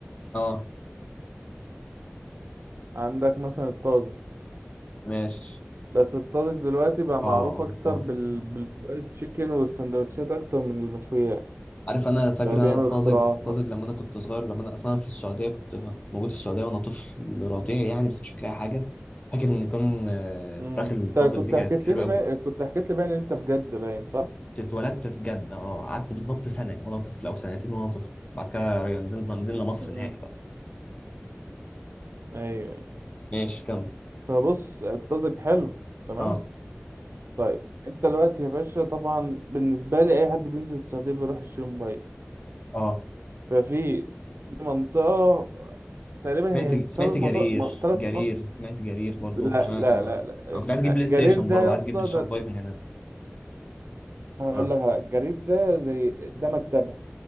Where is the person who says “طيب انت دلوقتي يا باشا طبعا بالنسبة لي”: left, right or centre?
Right